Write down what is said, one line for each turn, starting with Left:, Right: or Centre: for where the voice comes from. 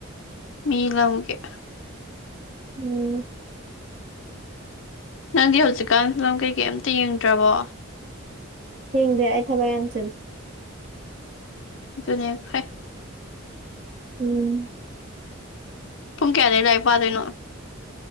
Left: ꯃꯤ ꯂꯧꯒꯦ
Right: ꯎꯝ
Left: ꯅꯪꯗꯤ ꯍꯧꯖꯤꯛꯀꯥꯟ ꯐꯤꯂꯝ ꯀꯩꯀꯩ ꯑꯃꯝꯇ ꯌꯦꯡꯗ꯭ꯔꯕꯣ
Right: ꯍꯤꯡꯗꯦ ꯑꯩ ꯊꯕ ꯌꯥꯝ ꯆꯜꯁꯁꯤ
Left: ꯑꯗꯨꯅꯦ ꯐ
Right: ꯎꯝ
Left: ꯄꯨꯡ ꯀꯌꯥꯗ ꯂꯥꯏꯔꯤꯛ ꯄꯥꯗꯣꯏꯅꯣ